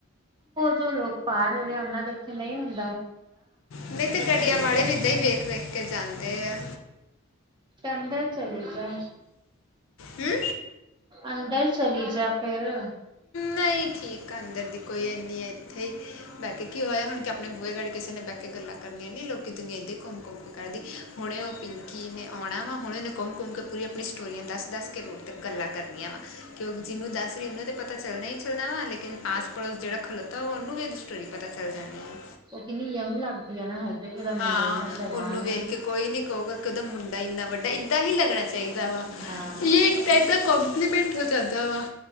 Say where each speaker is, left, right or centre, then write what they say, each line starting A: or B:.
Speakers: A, on the right (about 20°); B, on the left (about 65°).
A: ਜੋ ਲੋਕ ਪਾਰ ਹੋ ਰਹੇ ਆ ਉਹਨਾਂ ਦੇ ਉੱਥੇ ਨਹੀਂ ਹੁੰਦੇ।
B: ਨਹੀਂ ਤੇ ਗੱਡੀਆਂ ਵਾਲੇ ਵੀ ਏਦਾਂ ਹੀ ਵੇਖ ਵੇਖ ਕੇ ਜਾਂਦੇ ਆ
A: ਅੰਦਰ ਚਲੀ ਜਾ,
B: ਹੂੰ
A: ਅੰਦਰ ਚਲੀ ਜਾ ਫੇਰ,
B: ਨਹੀਂ ਠੀਕ ਅੰਦਰ ਦੀ ਕੋਈ ਹੈਨੀ ਹੈ। ਹੀ ਬਹਿ ਕੇ ਕੀ ਹੋਇਆ ਹੁਣ ਕਿ ਆਪਣੇ ਬੂਹੇਗੜੀ ਕਿਸੇ ਨੇ ਬਹਿ ਕੇ ਗੱਲਾਂ ਕਰਨੀਆਂ ਨਹੀਂ ਲੋਕ ਦੁਨੀਆ ਇੱਦਾਂ ਘੁੰਮਕੁੰਮ ਕਰਦੀ, ਹੁਣੇ ਉਹ ਪਿੰਕੀ ਨੇ ਆਉਣਾ ਵਾ ਹੁਣੇ ਉਹਨੇ ਘੁੰਮ ਘੁੰਮ ਕੇ ਪੂਰੀ ਆਪਣੀ ਸਟੋਰੀਆਂ ਦੱਸ ਦੱਸ ਕੇ ਰੋੜ ਤੱਕ ਗੱਲਾਂ ਕਰਨੀਆਂ ਵਾ ਕਿਉਂਕ ਜਿਹਨੂੰ ਦੱਸ ਫ ਉਹਨ ਤਾਂ ਪਤਾ ਚੱਲਣਾ ਹੀ ਚੱਲਣਾ ਵਾ ਲੇਕਿਨ ਆਸ ਪੜੋਸ, ਜਿਹੜਾ ਖਲੋਤਾ ਵਾ ਉਹਨੂੰ ਵੀ ਇਹਦੀ ਸਟੋਰੀ ਪਤਾ ਚੱਲ ਜਾਣੀ ਹੈ।
A: ਉਹ ਕਿੰਨੀ ਯੰਗ ਲੱਗਦੀ ਆ, ਨਾ ਹੁੰਦਾ
B: ਹਾਂ
A: ਮੁੰਡਾ ਇੰਨਾ ਜਵਾਨ
B: ਉਹਨੂੰ ਵੇਖ
A: ਆ।
B: ਕੇ ਕੋਈ ਨੀ ਕਹੂਗਾ ਇੱਕਦਾ ਮੁੰਡਾ ਇੰਨਾ ਵੱਡਾ ਏਦਾਂ ਹੀ ਲੱਗਣਾ ਚਾਹੀਦਾ ਵਾ
A: ਹਾਂ
B: ਇਹ ਇੱਕ ਤਾਂ ਏਦਾਂ'- ਕੰਪਲੀਮੈਂਟ ਹੋ ਜਾਂਦਾ ਵਾ,